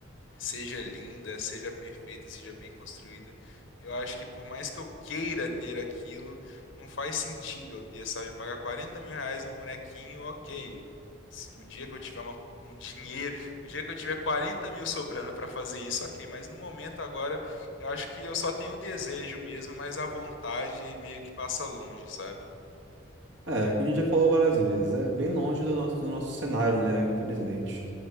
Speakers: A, on the left (about 70°); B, on the right (about 65°).
A: seja linda, seja perfeita, seja bem construída. Eu acho que por mais que eu queira ter aquilo, não faz sentido eu ter, sabe? Pagar 40 mil reais num bonequinho, ok. Se- O dia que eu tiver uma- um dinheiro, o dia que eu tiver 40 mil sobrando para fazer isso, ok. Mas no momento agora, eu acho que eu só tenho o desejo mesmo, mas a vontade meio que passa longe, sabe?
B: É, que a gente já falou várias vezes, é bem longe do nosso, do nosso cenário, né, infelizmente.